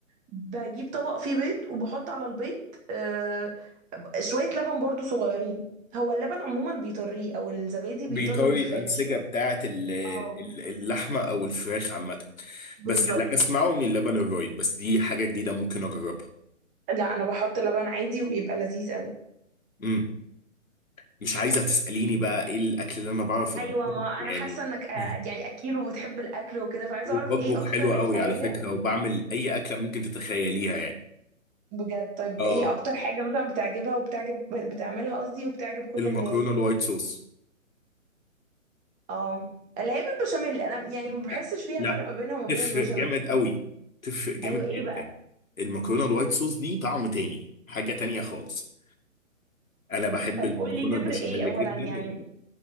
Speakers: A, on the right; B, on the left.
A: بجيب طبق فيه بيض وبحط على البيض آه شوية لبن برضو صغيرين هو اللبن عموما بيطريه او الزبادي بيطري
B: بيطري
A: الفراخ
B: الأنسجة
A: شوية
B: بتاعة ال-
A: اه
B: ال- اللحمة أو الفراخ عامة
A: بالظبط
B: بس اللي أنا أسمعه إن اللبن الرايب بس دي حاجة جديدة ممكن أجربها
A: لا انا بحط لبن عادي وبيبقى لذيذ قوي
B: امم مش عايزة تسأليني بقى إيه الأكل اللي أنا بعرف أطبخه
A: ايوه ما
B: يعني
A: انا حاسه انك آه،
B: <laughs>
A: يعني اكيل وبتحب الاكل وكده فعايزه
B: بطبخ
A: اعرف ايه اكتر
B: حلو قوي
A: حاجه
B: على فكرة وبعمل أي أكلة ممكن تتخيليها يعني
A: بجد طيب
B: آه
A: ايه اكتر حاجه مثلا بتعجبها وبتعجب بتعملها قصدي وبتعجب كل
B: المكرونة
A: الناس
B: الوايت صوص
A: اه اللي هي بالبشاميل انا يعني ما بحسش
B: لا
A: فيها
B: لا
A: فرق ما بينها وما بين
B: تفرق
A: البشاميل
B: جامد قوي تفرق جامد
A: ايوه ايه
B: جدا
A: بقى
B: المكرونة الوايت صوص دي طعم تاني حاجة تانية خالص انا بحب
A: طيب
B: المكرونه
A: قول لي
B: البشاميل
A: تفرق ايه اولا
B: جدا
A: يعني